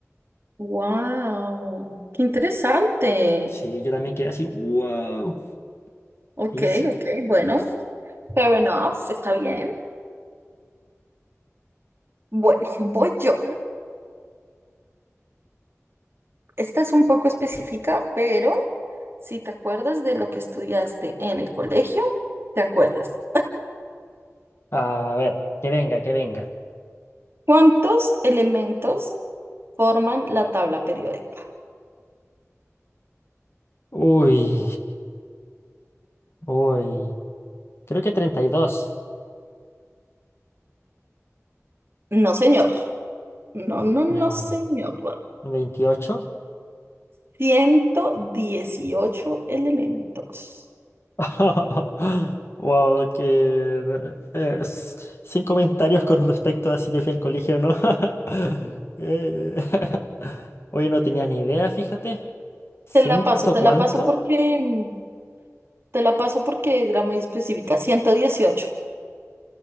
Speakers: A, on the right; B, on the left.
A: Wow, qué interesante.
B: Sí, yo también quedé así, wow.
A: Ok,
B: Y sí.
A: ok, bueno. Fair enough, está bien. Bueno, voy yo. Esta es un poco específica, pero si te acuerdas de lo que estudiaste en el colegio, te acuerdas.
B: A ver, que venga, que venga.
A: ¿Cuántos elementos forman la tabla periódica?
B: Uy, uy. Creo que 32.
A: No, señor. No, no, no,
B: Eh,
A: señor.
B: veintiocho
A: ciento dieciocho elementos.
B: <laughs> Wow, que... eh, s- sin comentarios con respecto a si yo fui al colegio o no. <laughs> Eh, <laughs> Oye, no tenía ni idea, fíjate. ¿Ciento
A: Te la paso, te
B: cuánto?
A: la paso porque mm, te la paso porque era muy específica. 118.